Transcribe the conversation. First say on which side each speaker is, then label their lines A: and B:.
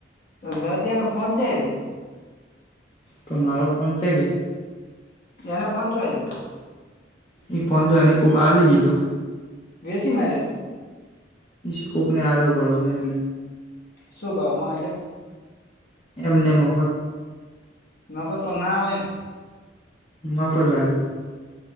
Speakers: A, on the left (about 55°); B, on the left (about 25°).
A: રાજ્યા નો ફોન ચયા રયો
B: પણ મારો ફોન છે કે
A: એને ફોન ચોય હતો
B: એ ફોન તો એને કોક ને આલી દીધો
A: વેચી માર્યો
B: એ કોકને આલયો કર્યો એમ
A: શું ભાવમાં આલ્યો
B: એમ નેમ મફત
A: ના પ તો ના આલે ન
B: મફત આલ્યુ